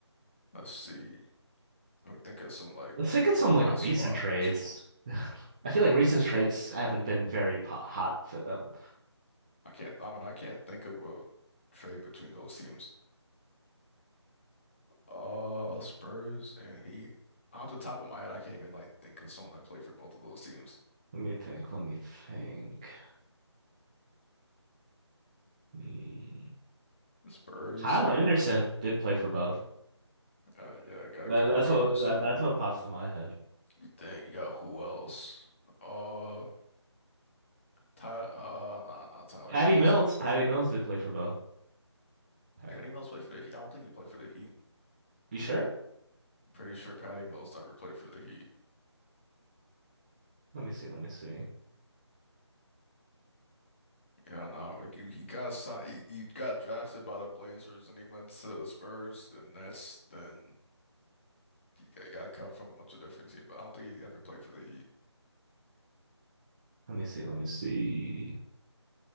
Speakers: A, on the left; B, on the right.
A: Let's see. Let me think of some like
B: Let's think of some like
A: not
B: recent
A: so obvious
B: trades.
A: ones.
B: <laughs> I feel like recent trades haven't been very po hot for them.
A: I can't. I mean, I can't think of a trade between those teams. Uh, Spurs and Heat. Off the top of my head, I can't even like think of someone that played for both of those teams.
B: Let me think. Let me think. Hmm.
A: Spurs
B: Kyle
A: and
B: Anderson did play for both.
A: uh, yeah, I got
B: That,
A: Kyle
B: that's
A: Anderson.
B: what that, that's what pops to my head.
A: You think you got who else? Uh, Ty, uh, nah, not Tyler
B: Patty
A: Johnson.
B: Mills. Patty Mills did play for both. Patty.
A: Patty Mills played for the Heat. I don't think he played for the Heat.
B: You sure?
A: I'm pretty sure Patty Mills never played for the Heat.
B: Let me see. Let me see.
A: Yeah, no, like he, he got signed, he, he got drafted by the Blazers, and he went to the Spurs, then that's then he got, he got cut from a bunch of different teams. But I don't think he ever played for the Heat.
B: Let me see. Let me see.